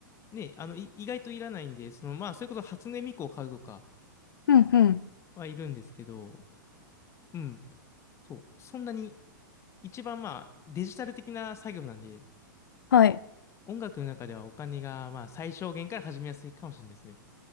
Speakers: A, on the left; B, on the left.
A: ね、あの、い意外といらないんで、そのまあ、それこそ初音ミクを買うとか
B: うんうん。
A: はいるんですけど、うん。そう。そんなに、一番まあ、デジタル的な作業なんで、
B: はい。
A: 音楽の中ではお金がまあ、最小限から始めやすいかもしれないですね。